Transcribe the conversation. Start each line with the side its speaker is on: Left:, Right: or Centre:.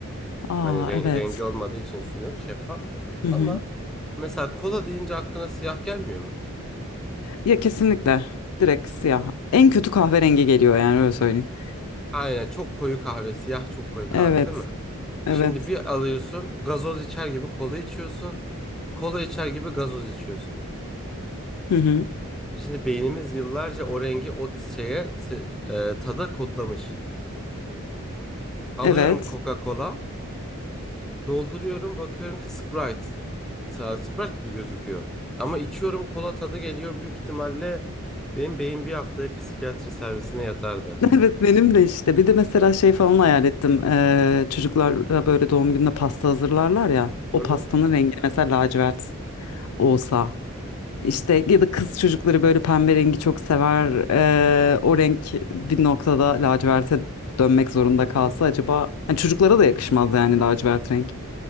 Left: Aa
Centre: Hani ren-
Left: evet.
Centre: rengi olmadığı için suyun şeffaf.
Left: Hı
Centre: Ama
Left: hı.
Centre: mesela kola deyince aklına siyah gelmiyor mu?
Left: Ya kesinlikle direkt siyah. En kötü kahverengi geliyor yani öyle söyleyeyim.
Centre: Aynen çok koyu kahve, siyah çok koyu kahve
Left: Evet.
Centre: değil mi?
Left: Evet.
Centre: Şimdi bir alıyorsun, gazoz içer gibi kola içiyorsun. Kola içer gibi gazoz içiyorsun.
Left: Hı hı.
Centre: Şimdi beynimiz yıllarca o rengi o şeye se- e, tada kodlamış. Alıyorum
Left: Evet.
Centre: Coca-Cola.
Left: <laughs>
Centre: Dolduruyorum bakıyorum ki Sprite. Sa- Sprite gibi gözüküyor. Ama içiyorum kola tadı geliyor. Büyük ihtimalle benim beyin bir haftaya psikiyatri servisine yatardı.
Left: Evet benim de işte. Bir de mesela şey falan hayal ettim. Ee, çocuklara böyle doğum gününe pasta hazırlarlar ya. O
Centre: Hı hı.
Left: pastanın rengi mesela lacivert. olsa işte ya da kız çocukları böyle pembe rengi çok sever eee, o renk bir noktada laciverte dönmek zorunda
Centre: Hı hı.
Left: kalsa acaba yani çocuklara da yakışmaz yani lacivert renk